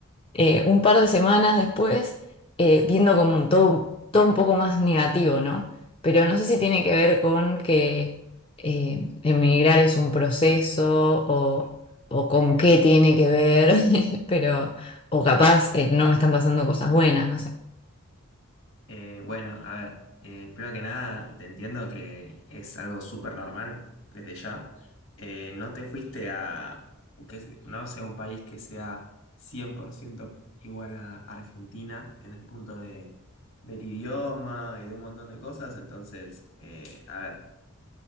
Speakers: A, on the left; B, on the left.
A: eh, un par de semanas después, eh, viendo como un todo, todo un poco más negativo, ¿no? Pero no sé si tiene que ver con que eh, emigrar es un proceso o, o con qué tiene que ver, <laughs> pero, o capaz eh, no me están pasando cosas buenas, no sé.
B: Eh, bueno, a ver, eh, primero que nada, te entiendo que es algo súper normal desde ya. Eh, no te fuiste a, que, se- no sé, un país que sea 100% igual a Argentina en el punto de, del idioma y de un montón de cosas. Entonces, eh, a ver,